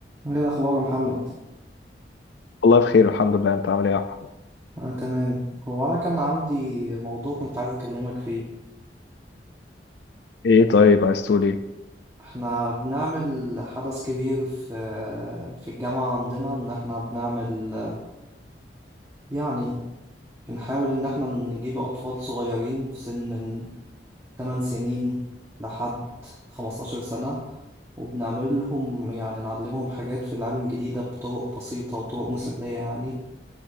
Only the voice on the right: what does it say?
ايه الاخبار يا محمد
انا تمام هو انا كان عندي موضوع كنت عايز اكلمك فيه
احنا بنعمل حدث كبير في في الجامعة عندنا ان احنا بنعمل يعني بنحاول ان احنا نجيب اطفال صغيرين في سن من 8 سنين لحد 15 سنة وبنعمل لهم يعني نعلمهم حاجات في العلم الجديدة بطرق بسيطة وطرق مسلية يعني